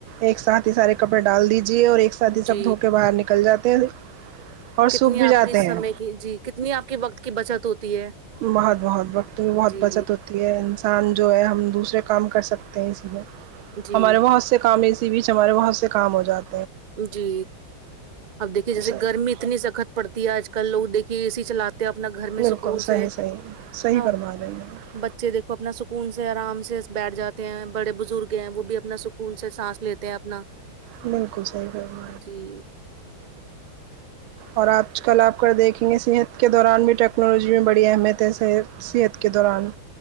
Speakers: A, on the right; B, on the right.
A: ایک ساتھ ہی سارے کپڑے ڈال دیجے اور ایک سادی
B: جی
A: سب دھوکے باہر نکل جاتے ہیں اور
B: کتنی
A: سوکھ بھی
B: آپ
A: جاتے
B: کی سمے
A: ہیں
B: کی جی کتنی آپ کے وقت کی بچت ہوتی ہے
A: بہت بہت وقت بہت
B: جی
A: بچت ہو انسان جو ہے ہم دوسرے کام کر سکتے ہیں اسی میں
B: جی
A: ہمارے بہت سے کام اسی بیچ ہمارے وہاں سے کام ہوجاتے
B: جی اب دیکھیے جیسے
A: صحیح
B: گرمی اتنی سخت پڑتی ہے آج کل لوگ دیکھیے اے سی چلاتے اپنا گھر میں
A: بالکل
B: سکون
A: صحیح
B: سے ہے
A: صحیح صحیح
B: نا
A: فرما
B: اب
A: رہے ہیں
B: بچے دیکھو اپنا سکون سے آرام سے بیٹھ جاتے ہیں بڑے بزرگ ہیں وہ بھی اپنا سکون سے سانس لیتے ہیں اپنا
A: بالکل صحیح کہہ رہی ہو
B: جی
A: اور آج کل آپ کر دیکھینگے صحت کے دوران بھی ٹیکنالوجی میں بڑی اہمیت ہے صحت کے دوران